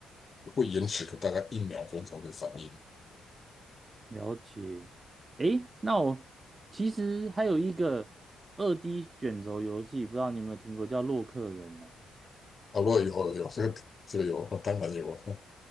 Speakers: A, on the left (about 35°); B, on the right (about 25°).
A: 会延迟个大概一秒钟才会反应。
B: 了解。诶，那我其实还有一个二 D 卷轴游戏，不知道你有没有听过，叫《洛克人》呢、
A: 啊，不过有有这个这个有，当然有，<laughs>